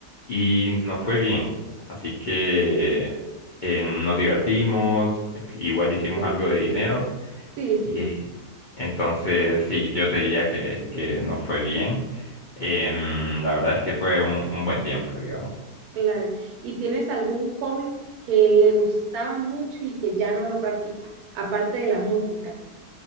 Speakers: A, on the left (about 70°); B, on the right (about 75°).
A: y nos fue bien. Así que eh, nos divertimos, igual hicimos
B: Eh,
A: algo de dinero.
B: Sí, sí,
A: Y entonces, sí, yo te diría que, que no fue bien. Em, la verdad es que fue un, un buen tiempo, digamos.
B: claro. ¿Y tienes algún hobby que le gustaba mucho y que ya no lo practica, aparte de la música?